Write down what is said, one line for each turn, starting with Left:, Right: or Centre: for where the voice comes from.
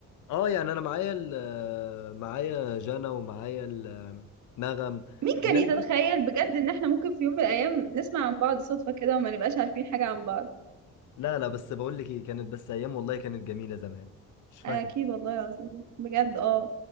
Left: اه يعني انا معايا ال- آه، معايا جانا ومعايا ال- آه، نغم
Right: مين كان
Left: الناس
Right: يتخيل
Left: دي
Right: بجد ان احنا ممكن في يوم من الايام نسمع عن بعض صدفه كده وما نبقاش عارفين حاجه عن بعض
Left: لا لا بس بقول لك ايه كانت بس ايام والله كانت جميلة زمان مش فاكرة
Right: اكيد والله العظيم بجد اه